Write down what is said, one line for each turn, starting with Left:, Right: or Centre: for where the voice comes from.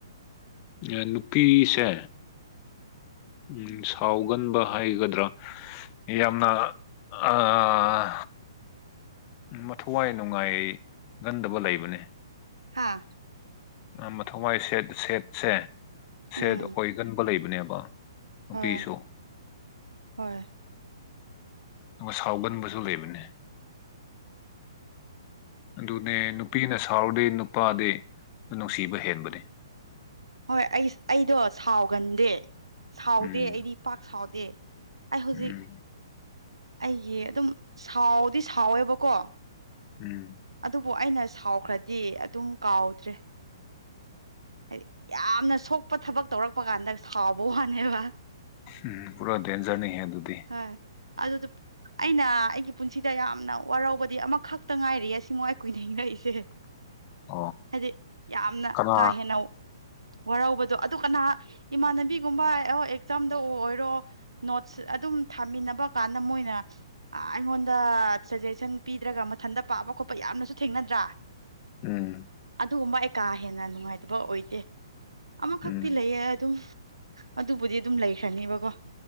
Left: ꯑꯦ ꯅꯨꯄꯤꯁꯦ ꯎꯝ ꯁꯥꯎ ꯀꯥꯎꯒꯟꯕ ꯍꯥꯏꯒꯗ꯭ꯔꯥ ꯌꯥꯝꯅ ꯑꯥ ꯃꯊꯋꯥꯏ ꯅꯨꯡꯉꯥꯏꯒꯟꯗꯕ ꯂꯩꯕꯅꯦ
Right: ꯍꯥꯥ
Left: ꯑꯥ ꯃꯊꯧꯋꯥꯏ ꯁꯦꯠ ꯁꯦꯠꯁꯦ ꯁꯦꯠ
Right: ꯎꯝ
Left: ꯑꯣꯏꯒꯟꯕ ꯂꯩꯕꯅꯦꯕ ꯅꯨꯄꯤꯁꯨ
Right: ꯍꯣꯏ ꯍꯣꯏ
Left: ꯗꯨꯒꯥ ꯁꯥꯎꯒꯟꯕꯁꯨ ꯂꯩꯕꯅꯦ ꯑꯗꯨꯅꯦ ꯅꯨꯄꯤꯅ ꯁꯥꯎꯔꯗꯤ ꯅꯨꯄꯥꯗꯤ ꯅꯨꯡꯁꯤꯕ ꯍꯦꯟꯕꯅꯤ
Right: ꯍꯣꯏ ꯑꯩ ꯑꯩꯗꯣ ꯁꯥꯎꯒꯟꯗꯦ ꯁꯥꯎꯗꯦ
Left: ꯎꯝ
Right: ꯑꯩꯗꯤ ꯄꯥꯛ ꯁꯥꯎꯗꯦ ꯑꯩ ꯍꯧꯖꯤꯛ
Left: ꯎꯝ
Right: ꯑꯩꯒꯤ ꯑꯗꯨꯝ ꯁꯥꯎꯗꯤ ꯁꯥꯎꯋꯦꯕꯀꯣ
Left: ꯎꯝ
Right: ꯑꯗꯨꯕꯨ ꯑꯩꯅ ꯁꯥꯎꯈ꯭ꯔꯥꯗꯤ ꯑꯗꯨꯝ ꯀꯥꯎꯗ꯭ꯔꯦ ꯍꯥꯏꯗꯤ ꯌꯥꯝꯅ ꯁꯣꯛꯄ ꯊꯕꯛ ꯇꯧꯔꯛꯄ ꯀꯥꯟꯗ ꯁꯥꯎꯕ ꯋꯥꯅꯦꯕ
Left: ꯎꯝ ꯄꯨꯔꯥ ꯗꯦꯟꯖꯔꯅꯤꯍ‌ꯦ ꯑꯗꯨꯗꯤ
Right: ꯍꯣꯏ ꯑꯗꯨꯗꯨ ꯑꯩꯅ ꯑꯩꯒꯤ ꯄꯨꯟꯁꯤꯗ ꯌꯥꯝꯅ ꯋꯥꯔꯧꯕꯗꯤ ꯑꯃꯈꯛꯇꯥ ꯉꯥꯏꯔꯤꯌꯦ ꯁꯤꯃꯨꯉꯥꯏ ꯀꯨꯏꯅ ꯍꯤꯡꯔꯛꯏꯁꯦ
Left: <inaudible>
Right: ꯍꯥꯏꯗꯤ ꯌꯥꯝꯅ
Left: ꯀꯅꯥ
Right: ꯀꯥ ꯍꯦꯟꯅꯧ ꯋꯥꯔꯧꯕꯗꯣ ꯑꯗꯨ ꯀꯅꯥ ꯏꯃꯥꯟꯅꯕꯤꯒꯨꯝꯕ ꯑꯣ ꯑꯦꯛꯖꯥꯝꯗꯕꯨ ꯑꯣꯏꯔꯣ ꯅꯣꯠꯁ ꯑꯗꯨꯝ ꯊꯥꯃꯤꯟꯅꯕ ꯀꯥꯟꯗ ꯃꯣꯏꯅ ꯑꯥ ꯑꯩꯉꯣꯟꯗ ꯁꯖꯦꯁꯟ ꯄꯤꯗ꯭ꯔꯒ ꯃꯊꯟꯇ ꯄꯥꯕ ꯈꯣꯠꯄ ꯌꯥꯝꯅꯁꯨ ꯊꯦꯡꯅꯗ꯭ꯔꯥ
Left: ꯎꯝ
Right: ꯑꯗꯨꯒꯨꯝꯕ ꯑꯩ ꯀꯥ ꯍꯦꯟꯅ ꯅꯨꯡꯉꯥꯏꯇꯕ ꯑꯣꯏꯗꯦ ꯑꯃꯈꯛꯇꯤ
Left: ꯎꯝ
Right: ꯂꯩꯌꯦ ꯑꯗꯨꯝ ꯑꯗꯨꯕꯨꯗꯤ ꯑꯗꯨꯝ ꯂꯩꯈ꯭ꯔꯅꯦꯕꯀꯣ